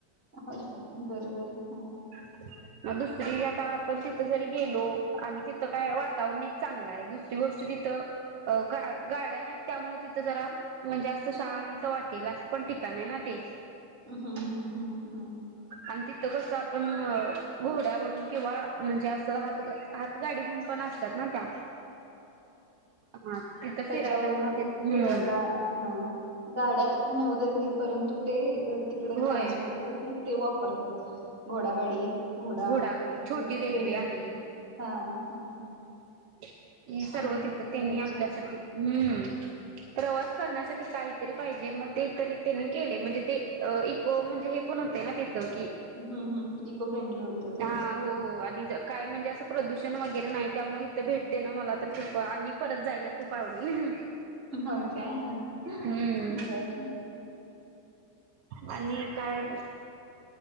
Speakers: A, on the right; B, on the right.
A: हो का बरोबर हा हा.
B: ह. मग दुसरी आता आपण तिथं जरी गेलो आणि तिथं काय वातावरण एक चांगलं आहे दुसरी गोष्ट तिथं अ गा गाड्या नाही त्यामुळे तिथं जरा म्हणजे असं शांत वाटेल असं पण ठिकाण आहे ना ते
A: हा हम हा हम.
B: आणि तिथं कस आपण घोड्यावरून किंवा म्हणजे असं राह हात गाडी म्हून पण असतात ना त्या. हा तिथं
A: त्याच्यावरन
B: फिरायला पण हम्.
A: फिरायला हा गाड्या नेऊ देत नाहीत परंतु ते तिकडं
B: होय
A: ट्रान्सपोर्ट साठी हे वापरतात घोडा गाडी घोडा.
B: घोडा गाडी
A: आणि ती
B: छोटी रेल्वे
A: ट्रेन
B: आहे.
A: हा हा.
B: हे
A: छान
B: सर्व
A: आहे की
B: तिथं
A: खरंच
B: त्यांनी आपल्यासाठी
A: छान आहे
B: हम्म. प्रवास करण्यासाठी काहीतरी पाहिजे मग ते तरी त्यांनी केले म्हणजे ते हो म्हणजे हे पण होते ना तिथं की
A: ह् ह ह इको फ्रेंडली होते थोडसं.
B: हा हो हो आणि काय म्हणजे असं प्रदूषण वगैरे नाही त्यामुळे इथं भेट देणं मला तर खूप आणि परत जाय खूप आवडेल
A: होय काय हा
B: हम्.
A: बर
B: आणि काय